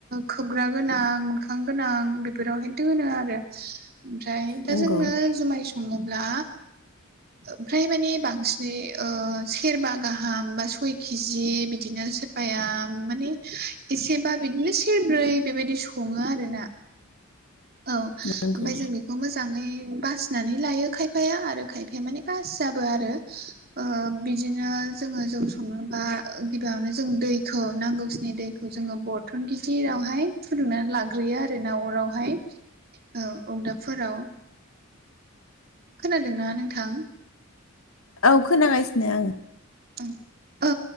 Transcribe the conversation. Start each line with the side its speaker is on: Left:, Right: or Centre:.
Right: खोबग्रा गोनां मोखां गोनां बेफोरावहाय दोनो आरो ओमफ्राय दा
Left: नंगौ
Right: जोंनो जुमाय सङोब्ला ओमफ्राय मानिे बांसिनै ओ सेरबा गाहाम बा सय केजि बिदिनो आफाया माने एसेबा बिदिनो सेरब्रै बेबायदि सङो आरो ना औ ओमफ्राय
Left: नंगौ
Right: जों बे बेखौ मोजाङै बासिनानै लायो खायफाया आरो खायफाया माने बासियाबो आरो ओ बिदिनो जोङो जौ संनोबा गिबियावनो जों दैखौ नांगौखिनि दैखौ खौ जोङो बरथन गिदिरावहाय फुदुंनानै लाग्रोयो आरो ना अरावहाय औ अगदाबफोराव खोनादोंना नोंथां?
Left: औ खोनागासिनो आङो
Right: औ औ